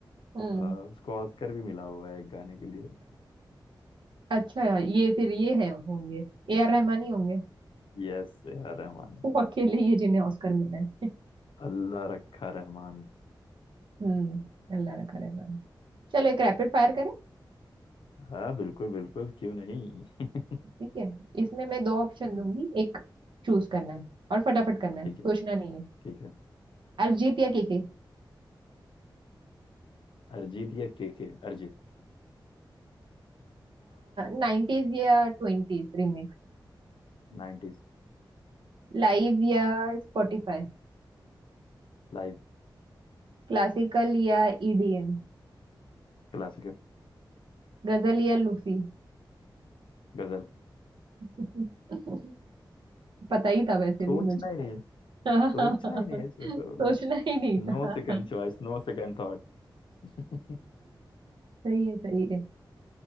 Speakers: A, on the right; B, on the left.
A: हम्म
B: अ, उसको ऑस्कर भी मिला हुआ है एक गाने के लिए
A: अच्छा ये फिर ये है होंगे ए आर रहमान ही होंगे
B: Yes A R Rahman
A: वो अकेले ही है जिन्हें ऑस्कर मिला है
B: Allah Rakha Rahman
A: हम्म अल्लाह रखा रहमान चलो एक रैपिड फायर करें
B: हाँ बिल्कुल बिल्कुल क्यों नहीं <laughs>
A: ठीक है इसमें मैं दो ऑप्शन
B: हम्म
A: दूंगी एक चूज
B: हम्म,
A: करना है और फटाफट करना है
B: ठीक
A: सोचना
B: है
A: नहीं है
B: ठीक है
A: अरिजीत या केके
B: अरिजीत या K K Arijit
A: नाइन्टीज या ट्वेंटीज रिमिक्स
B: 90s
A: लाइव या स्पॉटिफाई
B: Live
A: क्लासिकल या ईडीएम
B: Classical
A: गजल या लूफी
B: Ghazal
A: <laughs> पता ही था वैसे
B: सोचना
A: भी मुझे
B: ही नहीं है
A: <laughs> सोचना
B: सोचना ही नहीं है इसमें तो
A: ही नहीं
B: no
A: था
B: second
A: <laughs>
B: choice no second thought <laughs>
A: सही है सही है